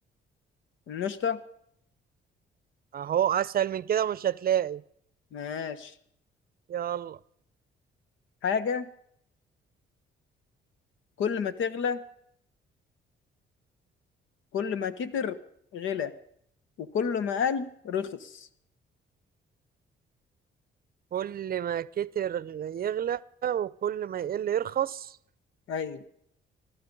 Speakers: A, on the left; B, on the right.
A: النشطه
B: أهو أسهل من كده مش هتلاقي
A: ماشي
B: يلا
A: حاجه كل ما تغلى كل ما كتر غلى وكل ما قل رخص
B: كل ما كتر يغلى وكل ما يقل يرخص
A: ايوه